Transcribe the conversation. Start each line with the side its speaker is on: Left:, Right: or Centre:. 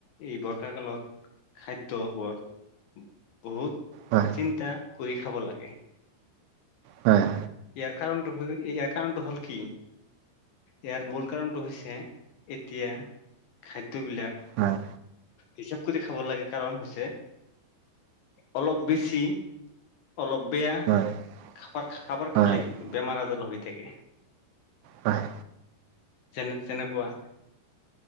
Left: এই বৰ্ষাকালত খাদ্য বৰ বহুত
Right: হয়।
Left: চিন্তা কৰি খাব লাগে।
Right: হয়।
Left: ইয়াৰ কাৰণতো হল কি, ইয়াৰ কাৰণটো হ'ল কি ইয়াৰ মূল কাৰণটো হৈছে এতিয়া খাদ্যবিলাক
Right: হয়।
Left: হিচব কৰি খাব লাগে কাৰণ হৈছে অলপ বেছি, অলপ বেয়া।
Right: হয় হয়।
Left: খাবাৰ খাবাৰ
Right: হয়
Left: খালেই বেমাৰ আজাৰ হৈ থাকে।
Right: হয়।
Left: যেনে যেনেকুৱা